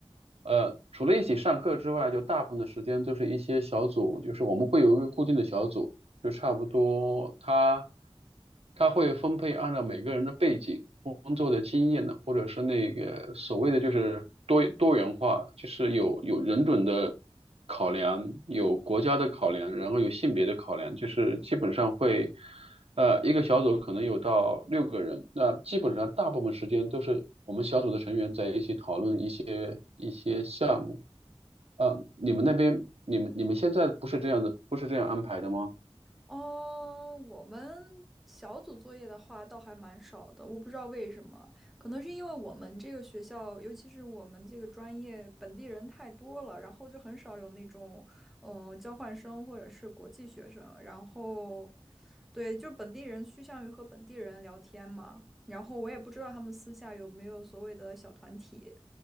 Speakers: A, on the right; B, in the centre.
A: 呃，除了一起上课之外，就大部分的时间都是一些小组，就是我们会有一个固定的小组，就差不多他他会分配按照每个人的背景、工作的经验呢，或者是那个所谓的就是多多元化，就是有有人种的考量，有国家的考量，然后有性别的考量，就是基本上会。呃，一个小组可能有到六个人，那基本上大部分时间都是我们小组的成员在一起讨论一些一些项目。啊、你们那边，你们你们现在不是这样的，不是这样安排的吗？
B: 哦，我们小组作业的话倒还蛮少的，我不知道为什么，可能是因为我们这个学校，尤其是我们这个专业，本地人太多了，然后就很少有那种，嗯、呃交换生或者是国际学生，然后，对，就本地人趋向于和本地人聊天嘛，然后我也不知道他们私下有没有所谓的小团体，